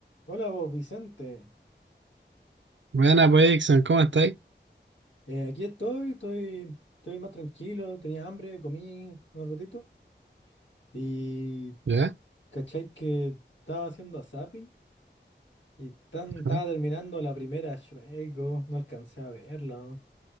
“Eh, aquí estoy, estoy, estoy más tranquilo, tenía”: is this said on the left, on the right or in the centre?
Left